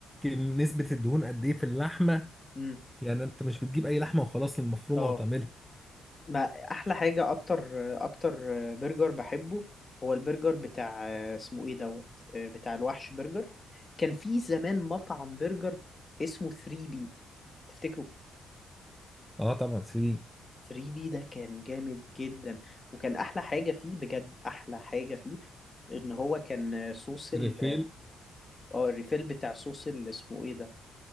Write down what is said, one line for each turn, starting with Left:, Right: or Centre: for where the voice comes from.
Centre: ونسبة الدهون قد ايه في اللحمة
Left: امم
Centre: يعني انت مش بتجيب اي لحمة وخلاص المفرومة
Left: اه
Centre: وتعملها
Left: ما احلى حاجه اكتر اكتر برجر بحبه هو البرجر بتاع اسمه ايه دوت بتاع الوحش برجر كان في زمان مطعم برجر اسمه 3 بي تفتكره
Centre: اه طبعا سيبي
Left: 3 بي ده كان جامد جدا وكان احلى حاجه فيه بجد احلى حاجه فيه ان هو كان صوص ال
Centre: ريفيل
Left: اه الريفيل بتاع صوص ال- اسمه ايه ده